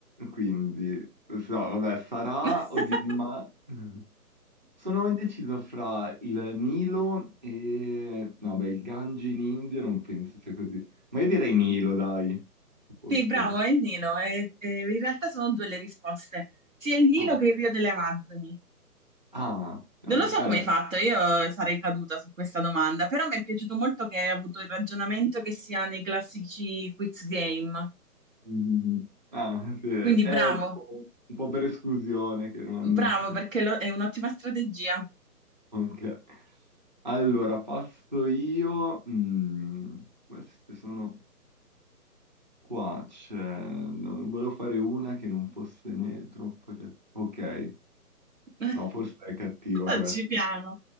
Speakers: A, on the right; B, on the right.
A: quindi so, vabbè, sarà
B: <laughs>
A: o di ma <laughs> sono indeciso fra il Nilo e no, beh, il Gange in India non penso sia così, ma io direi Nilo, dai, forse.
B: Sì, bravo, è il Nilo. E- e in realtà sono due le risposte, sia il Nilo
A: Ah, ok.
B: che il Rio delle Amazzoni.
A: ah, cavolo,
B: Non lo so
A: eh,
B: come hai fatto, io sarei caduta su questa domanda, però mi è piaciuto molto che hai avuto il ragionamento che si ha nei classici quiz game.
A: <laughs> mm, ah, sì, è
B: Quindi bravo,
A: tipo un po' per esclusione che non.
B: bravo perché lo- è un'ottima strategia.
A: Ok. Allora, passo io. Mm, queste sono qua. C'è... no, volevo fare una che non fosse né troppo cattiva. Ok,
B: <laughs>
A: no, forse è cattiva
B: Facci
A: questa.
B: piano,